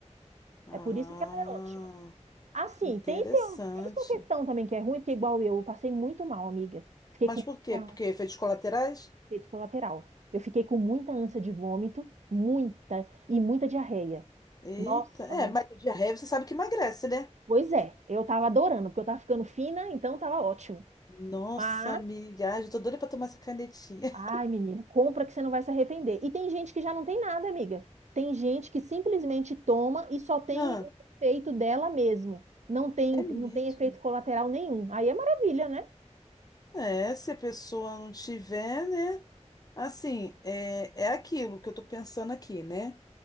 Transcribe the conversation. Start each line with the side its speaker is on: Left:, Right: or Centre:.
Left: Ah,
Right: É por isso que ela é ótima. Assim,
Left: interessante.
Right: tem seu, tem sua questão também que é ruim, porque igual eu, eu passei muito mal, amiga. Fiquei
Left: Mas
Right: com
Left: por quê?
Right: muita-
Left: Porque efeitos colaterais?
Right: efeito colateral. Eu fiquei com muita ânsia de vômito, muita, e muita diarreia.
Left: Eita,
Right: Nossa,
Left: é,
Right: menina.
Left: mas a diarreia você sabe que emagrece, né?
Right: Pois é, eu tava adorando, porque eu tava ficando fina, então tava ótimo.
Left: Nossa,
Right: Mas
Left: amiga, ai, eu tô doida pra tomar essa canetinha. <laughs>
Right: Ai, menina, compra que você não vai se arrepender. E tem gente que já não tem nada, amiga. Tem gente que simplesmente toma e só tem
Left: Ah,
Right: o efeito dela mesmo. Não tem,
Left: é mesmo?
Right: não tem efeito colateral nenhum. Aí é maravilha, né?
Left: É, se a pessoa não tiver, né? Assim, é, é aquilo que eu tô pensando aqui, né?